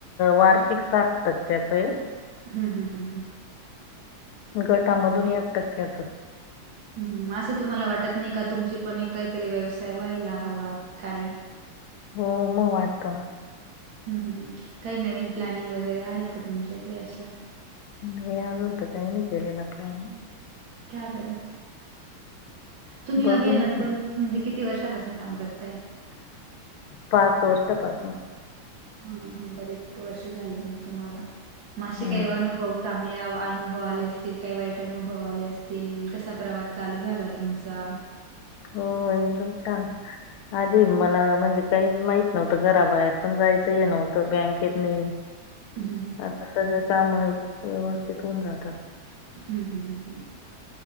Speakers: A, on the left (about 80°); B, on the right (about 70°).
A: वार्षिक साठ टक्क्याच आहे.
B: हम्म हम्म हम्म हम्म
A: गटामधून एक टक्क्याच.
B: हम्म, अस तुम्हाला वाटत नाही का तुमची पण काहीतरी व्यवसाय व्हायला हवा. काय
A: हो मग वाटत ना.
B: हम्म हम्म, काही नवीन प्लॅनिंग वगैरे आहेत का तुमच्या काही अशा.
A: नाही अजून तर काही नाही केलेला प्लॅन.
B: का बर तुम्ही
A: बघू
B: अभियानात
A: म्हटलं
B: कोण म्हणजे किती वर्षापासून काम करताय.
A: पाच वर्षापाासून.
B: हा हा बरेच वर्ष झाले मग तुम्हाला. म असे
A: हम्म.
B: काही अनुभव सां चांगले अनुभव आले असतील. काही वाईट अनुभव आले असतील. कसा प्रवास चालू झाला तुमचा.
A: हो एकदम छान. आधी मला म्हणजे काहीच माहित नव्हत. घराबाहेर पण जायच हे नव्हत. बँकेत नाही.
B: हं
A: आता सगळे काम व्यवस्थित होऊन जातात.
B: हम्म हम्म हम्म हम्म